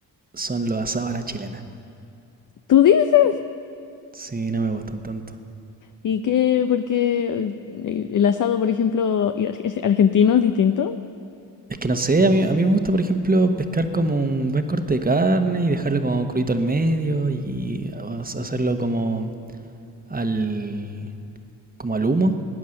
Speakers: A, on the right; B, on the left.
A: son los asados a la chilena.
B: ¿Tú dices?
A: Sí, no me gustan tanto.
B: ¿Y qué? Porque el asado, por ejemplo, y ar- <laughs> argentino es distinto.
A: Es que no sé, a mí, a mí me gusta, por ejemplo, pescar como un buen corte de carne y dejarlo como crudito al medio y ha- hacerlo como al, como al humo,